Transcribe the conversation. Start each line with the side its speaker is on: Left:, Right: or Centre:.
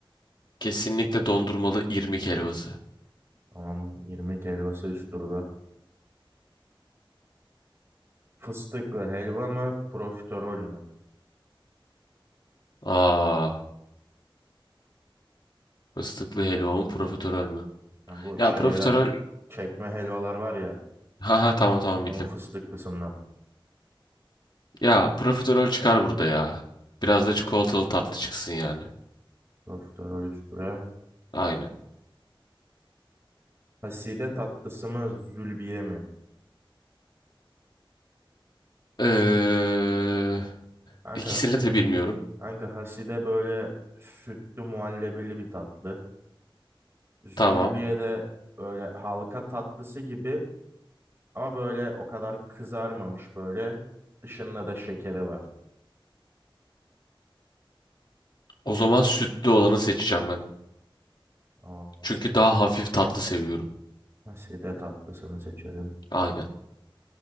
Left: Kesinlikle dondurmalı irmik helvası.
Right: Tamam, irmik helvası üst turda. Fıstıklı helva mı, profiterol mü?
Left: Aa, fıstıklı helvamın profiterol mü?
Right: Yani bu
Left: Ya
Right: şeyden
Left: profiterol,
Right: çekme helvalar var ya,
Left: ha ha tamam tamam
Right: onun
Left: bildim.
Right: fıstıklısından.
Left: Ya profiterol çıkar burada ya. Biraz da çikolatalı tatlı çıksın yani.
Right: Profiterol üst tura.
Left: Aynen.
Right: Haside tatlısı mı, zülbiye mi?
Left: Ee,
Right: Kanka
Left: ikisini de bilmiyorum.
Right: Kanka Haside böyle sütlü muhallebili bir tatlı. Zülbiye
Left: Tamam.
Right: de böyle halka tatlısı gibi ama böyle o kadar kızarmamış böyle. Dışında da şekeri var.
Left: O zaman sütlü olanı seçeceğim ben.
Right: Tamam Haside.
Left: Çünkü daha hafif tatlı seviyorum.
Right: Haside tatlısını seçelim.
Left: Aynen.